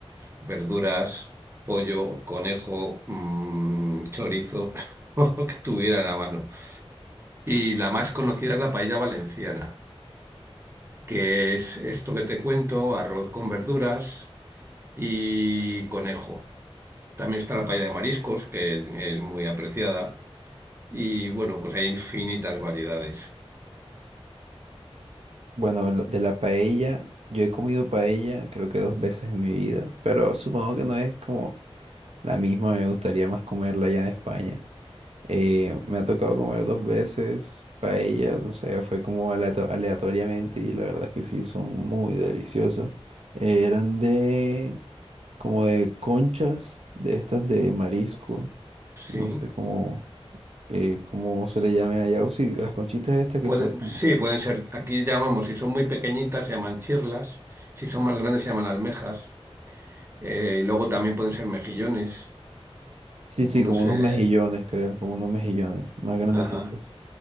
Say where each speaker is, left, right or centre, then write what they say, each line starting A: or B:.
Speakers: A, on the right; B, on the right.
A: verduras, pollo, conejo, mm, chorizo, <laughs> o lo que tuvieran a mano. Y la más conocida es la paella valenciana, que es esto que te cuento, arroz con verduras y conejo. También está la paella de mariscos, que es muy apreciada. Y bueno, pues hay infinitas variedades.
B: Bueno, la- de la paella, yo he comido paella creo que dos veces en mi vida, pero supongo que no es como la misma, me gustaría más comerla allá en España. Eh, me ha tocado comer dos veces paella, no sé, fue como aleato- aleatoriamente y la verdad es que sí, son muy deliciosas. Eh, eran de... como de conchas de estas de marisco,
A: Sí,
B: no sé cómo, eh, cómo se le llame allá, o sí, las conchitas estas que
A: puede,
B: son como,
A: sí, pueden ser, aquí llamamos, si son muy pequeñitas se llaman chirlas, si son más grandes se llaman almejas. Eh, y luego también pueden ser mejillones,
B: sí,
A: no
B: sí, como
A: sé.
B: unos mejillones, creo, como unos mejillones más grandecitos.
A: Ajá.